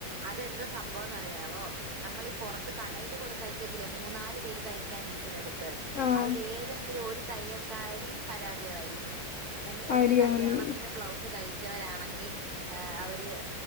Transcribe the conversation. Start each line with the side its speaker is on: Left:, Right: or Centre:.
Right: അതെന്തോ സംഭവം എന്നറിയാവോ നമ്മളീ ഈ പുറത്ത് കടയിൽ കൊണ്ട്തയ്ക്കത്തില്ലേ മൂന്നാല് പേര് തയ്ക്കാനിരിക്കുന്നടുത്ത്
Left: ആഹ്
Right: അതിലെതെങ്കിലും ഒരു തയ്യൽക്കാരി പരാജയമായിരിക്കും എന്റെ
Left: ആയിരിക്കും
Right: കല്യാണത്തിന്
Left: അങ്ങനെ
Right: ബ്ലൗസ് തയ്ച്ചവരാണ് അവര്